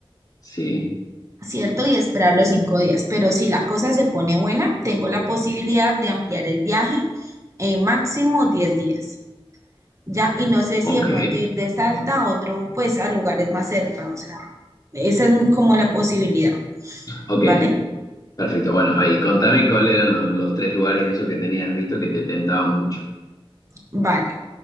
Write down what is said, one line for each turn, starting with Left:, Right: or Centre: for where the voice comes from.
Left: sí,
Right: ¿cierto? Y esperar los cinco días. Pero si la cosa se pone buena, tengo la posibilidad de ampliar el viaje en máximo 10 días. Ya, y no sé
Left: ok,
Right: si de pronto ir de Salta a otro, pues a lugares más cerca. O sea, esa es mi- como la posibilidad,
Left: ok,
Right: ¿vale?
Left: perfecto. Bueno, a ver, y contame cuáles eran los, los tres lugares esos que tenías visto que te tentaban mucho.
Right: Vale.